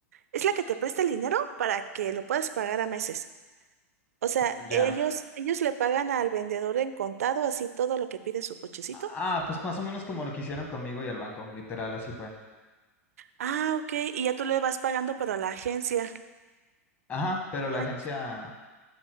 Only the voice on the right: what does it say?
Es la que te presta el dinero para que lo puedas pagar a meses. O sea,
ellos, ellos le pagan al vendedor en contado, así todo lo que pide su cochecito.
Ah, ok. Y ya tú le vas pagando, pero a la agencia.
Ah,